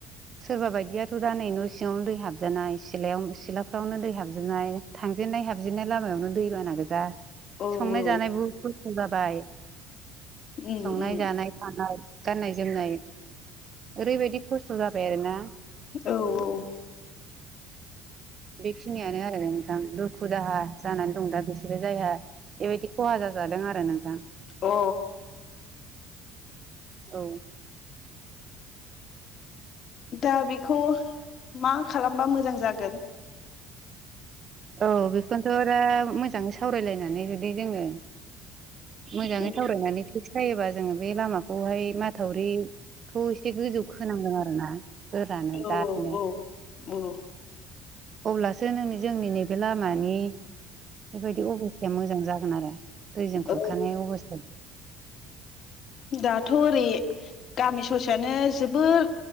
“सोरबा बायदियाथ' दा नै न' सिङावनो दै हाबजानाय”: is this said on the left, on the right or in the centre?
Right